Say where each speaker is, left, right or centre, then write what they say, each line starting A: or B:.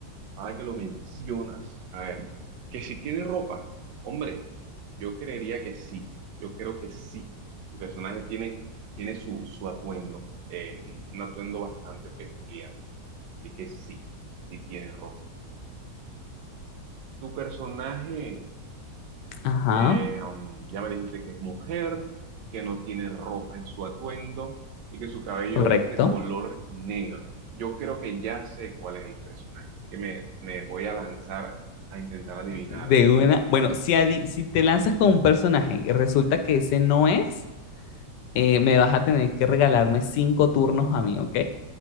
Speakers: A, on the right; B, on the left.
A: Ahora que lo mencionas, a ver, que si tiene ropa, hombre, yo creería que sí, yo creo que sí. El personaje tiene, tiene su, su atuendo, eh, un atuendo bastante peculiar, así que sí, sí tiene ropa. Tu personaje,
B: Ajá.
A: eh, um, ya me dijiste que es mujer, que no tiene ropa en su atuendo y que su cabello
B: Correcto.
A: es de color negro. Yo creo que ya sé cuál es el personaje, así que me, me voy a lanzar a intentar adivinarlo.
B: De una. Bueno, si, adi- si te lanzas con un personaje y resulta que ese no es. eh, me vas a tener que regalarme cinco turnos a mí, ¿ok?